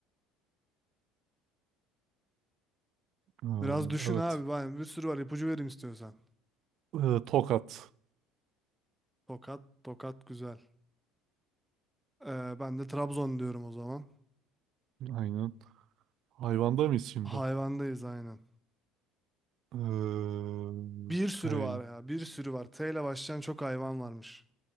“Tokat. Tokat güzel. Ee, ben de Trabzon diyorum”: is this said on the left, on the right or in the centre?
Centre